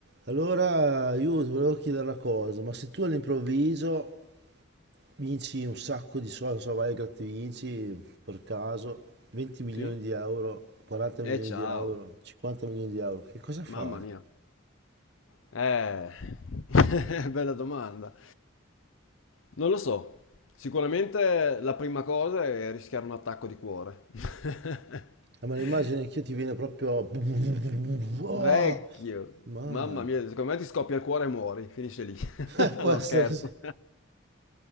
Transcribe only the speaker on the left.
Sì?
E ciao,
mamma mia.
Eh, <laughs> bella domanda. Non lo so. Sicuramente la prima cosa è rischiare un attacco di cuore. <laughs>
Vecchio,
mamma mia, secondo me ti scoppia il cuore e muori, finisce lì. <laughs>
No,
scherzo.